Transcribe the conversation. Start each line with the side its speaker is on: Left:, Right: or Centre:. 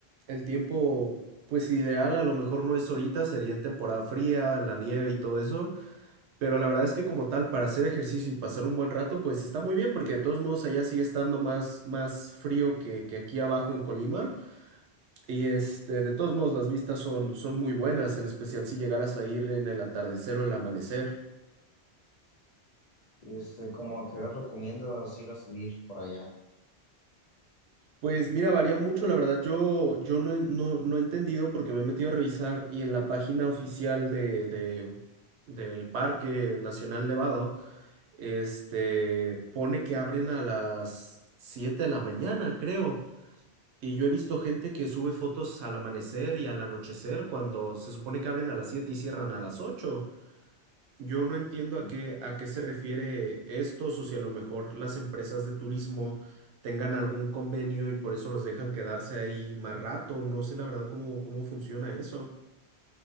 Right: el tiempo, pues ideal a lo mejor no es ahorita, sería en temporada fría, en la nieve y todo eso, pero la verdad es que como tal, para hacer ejercicio y pasar un buen rato, pues está muy bien, porque de todos modos allá sigue estando más, más frío que, que aquí abajo en Colima, y este, de todos modos las vistas son, son muy buenas, en especial si llegaras a ir en el atardecer o el amanecer.
Left: Este, como a qué hora recomiendas ir a subir por allá?
Right: Pues mira, varía mucho, la verdad. Yo, yo no, he- no, no he entendido porque me he metido a revisar y en la página oficial de, de- del Parque Nacional Nevado, este, pone que abren a las 7 de la mañana, creo. Y yo he visto gente que sube fotos al amanecer y al anochecer cuando se supone que abren a las 7 y cierran a las 8. Yo no entiendo a
Left: En-
Right: qué, a qué se refiere esto, o si a lo mejor las empresas de turismo tengan algún convenio y por eso los dejan quedarse ahí más rato. No sé la verdad cómo, cómo funciona eso.